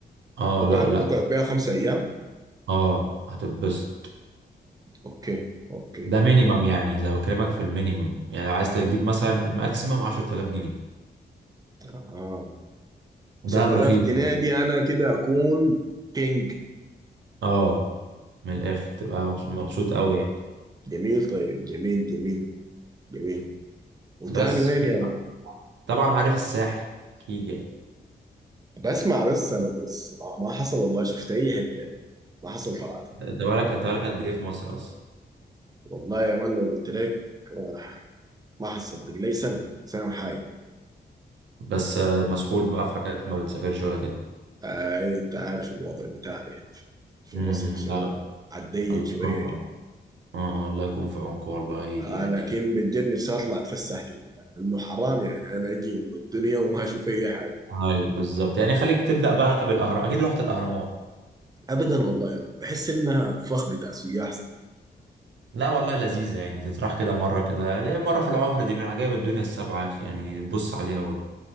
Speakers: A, on the right (about 85°); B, on the right (about 20°).
A: اه
B: وأقعد
A: لا لا
B: وأقعد بيها خمسة أيام
A: اه هتتبسط
B: أوكي أوكي
A: ده مينيمم يعني لو بكلمك في المينيمم يعني لو عايز تجيب مثلا ماكسيمم 10000 جنيه
B: آه. 10000
A: دهب رخيص
B: جنيه
A: ده.
B: دي انا كده اكون كينج
A: اه من الاخر تبقى مبسوط مبسوط قوي يعني
B: جميل طيب جميل جميل جميل وتاني
A: بس
B: وين
A: في
B: يا
A: طبعا عارف الساحل اكيد يعني
B: بسمع بس انا بس ما ما حصل والله شفت اي حته ما حصل طلعت
A: انت بالك انت بالك قد ايه في مصر اصلا
B: والله يا مان لو قلت لك آه، ما حصدق لي سنه سنه وحاجه
A: بس آه، مسحول بقى في حاجات ما بتسافرش ولا كده
B: آه انت عارف الوضع بتاعنا هنا في في
A: امم
B: مصر شنو
A: لا
B: عالضيق
A: الله
B: شويه
A: يكون في
B: كده
A: عونكم اه آه، الله يكون في عونكم والله
B: آه
A: يعني
B: لكن بجد نفسي اطلع اتفسح كده انه حرام يعني انا اجي ام الدنيا وما اشوف اي حاجه
A: ايوه بالظبط يعني خليك تبدا بقى بالاهرام اكيد رحت الاهرامات
B: ابدا والله بحس انها فخ بتاع سياح
A: لا والله لذيذة يعني تتراح كده مرة كده ليه مرة في العمر دي من عجائب الدنيا السبعة يا أخي يعني بص عليها برضه